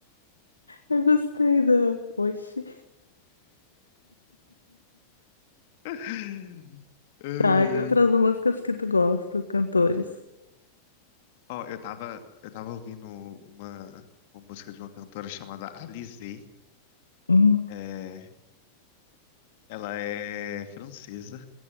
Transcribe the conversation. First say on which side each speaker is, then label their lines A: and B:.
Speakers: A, on the left; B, on the left.
A: Eu gostei do. Oxi.
B: <laughs> Ai, ai.
A: Tá, e outras músicas que tu gosta, cantores.
B: Ó, eu tava, eu tava ouvindo uma, uma música de uma cantora chamada Alizée.
A: Hum,
B: É, ela é francesa.